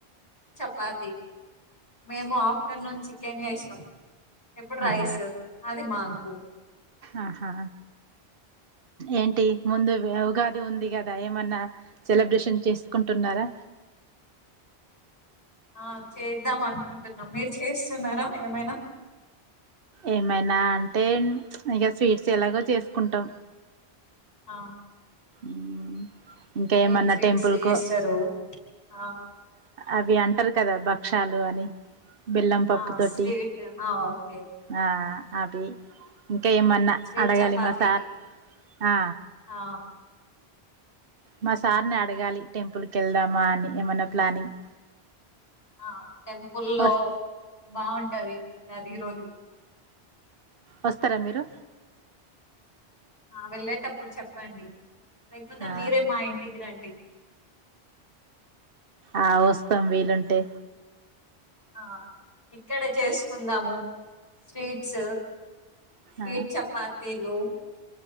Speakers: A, on the left (about 35°); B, on the right (about 60°).
A: చపాతి మేము ఆఫ్టర్నూన్ చికెన్ చేసినాం ఇప్పుడు రైస్
B: అవునా
A: అది మాకు
B: ఆహా ఏంటి ముందు ఉగాది ఉంది కదా ఏమన్నా సెలబ్రేషన్ చేసుకుంటున్నా రా
A: ఆ చేద్దాం అనుకుంటున్నాం మీరు చేస్తున్నారా ఏమైనా
B: ఏమైనా అంటే ఇక స్వీట్స్ ఎలాగో చేసుకుంటాం
A: ఆ
B: మ్, ఇంకా ఏమన్నా
A: ఏం స్వీట్స్
B: టెంపుల్
A: చేస్తారు
B: కు
A: ఆ
B: అవి అంటే టారు కదా భక్షాలు అని బెల్లం పప్పు
A: ఆ
B: తోటి
A: స్వీట్ ఆ ఓకే
B: ఆ అవి ఇంకా ఏమన్నా
A: స్వీట్
B: అడగాలి
A: చపాతి
B: మ సార్ ఆ
A: ఆ
B: మా సార్ని అడగాలి టెంపుల్కి వెళ్దామా అని ఏమన్నా ప్లానింగ్
A: ఆ టెంపుల్లో
B: వస్
A: బాగుంటది అది ఈరోజు
B: వస్తారా మీరు
A: ఆ వెళ్ళేటప్పుడు చెప్పండి లేకపోతే
B: ఆ
A: మీరే మా ఇంటికి రండి
B: ఆ వస్తాం వీలుంటే
A: ఆ ఇక్కడ చేసుకుందాము స్వీట్స్ స్వీట్,
B: ఆ
A: చపాతీలు,